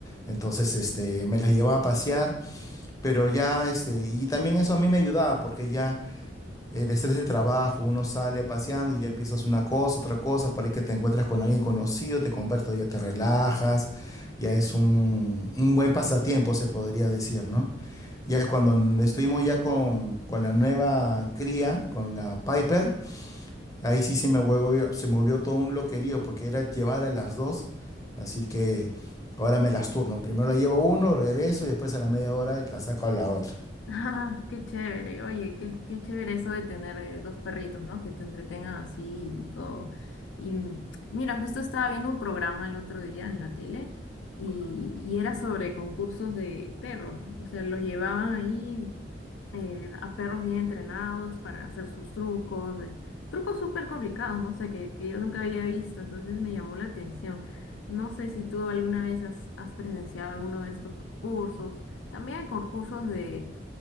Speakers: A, on the left; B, on the left.
A: Entonces, este, me las llevaba a pasear, pero ya, este, y también eso a mí me ayudaba porque ya el estrés del trabajo, uno sale paseando y ya empiezas una cosa, otra cosa, para que te encuentras con alguien conocido, te conviertes, ya te relajas, ya es un, un buen pasatiempo, se podría decir, ¿no? Ya que cuando n- estuvimos ya con, con la nueva cría, con la Piper, ahí sí se me volvió, se me volvió todo un loquerío, porque era llevar a las dos, así que ahora me las turno. Primero la llevo uno, regreso y después a la media hora la saco a la otra.
B: Ah, qué chévere, oye, qué, qué chévere eso de tener eh, dos perritos, ¿no? Que te entretengan así y todo. Y mm, mira, justo estaba viendo un programa el otro día en la tele y, y era sobre concursos de perros, o sea, los llevaban ahí eh, a perros bien entrenados para hacer sus trucos, eh, trucos súper complicados, no sé, que, que yo nunca había visto, entonces me llamó la atención. No sé si tú alguna vez has, has presenciado alguno de estos concursos. También hay concursos de,